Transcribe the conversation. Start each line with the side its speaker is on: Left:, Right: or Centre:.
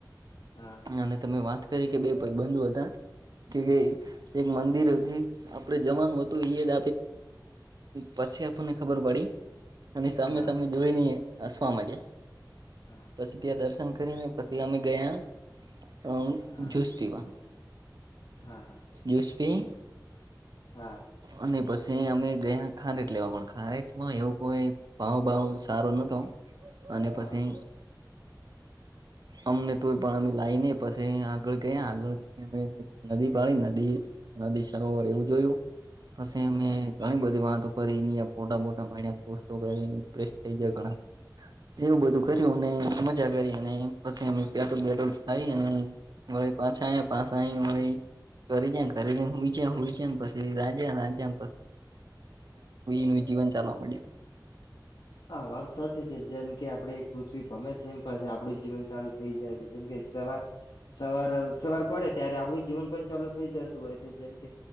Left: હા
Right: અને તમે વાત કરી કે બે પ બંધુ હતા. કે એક મંદિર છે આપડે જવાનું હતું ઈદ. પછી આપણને ખબર પડી અને સામે
Left: હા
Right: સામે જોઈને. વા મળ્યા
Left: હા
Right: પછી ત્યાં દર્શન કરીને પછી અમે ગયા. હ
Left: હા
Right: જુસ પીવા
Left: હા હા
Right: જુસ પી.
Left: હા
Right: અને પછી અમે. જે ખારેટ લેવા પણ ખારેજમાં એવો કોઈ ભાવ ભાવ સારો નતો. અને
Left: હા હા
Right: પછી. અમને તોય પણ અમે લાવને પછી આગળ ગયા આગળ જઈને અમે નદી પાડીી નદી. નદી સરોવર એવું જોયું પછી
Left: હા
Right: અમે
Left: હા
Right: ઘણી બધી વાતો. ફ ફોટા બોટા ભ પોસ્ટો કરી પ્રેસ થઈ જાય ઘણાધ. એવું બધું
Left: હા
Right: કર્યું અને મજા કરી અને પછી બે અને. મળી પાછ પાછ મળી કરીજ કરીઈ જય છેમ પછી રાજે. નું જીવન ચાલવા મળે.
Left: હા વાત સાચી છે જેમ આપડે પૃથ્વી ગમે છે એમ પછ. આપડું જીવન ચાલુ થઇ જાય છે જેમકે સવાર સવાર સવાર પડે ત્યારે આપડું જીવન પણ ચાલુ થઇ જાય. હોય છે જેમ કે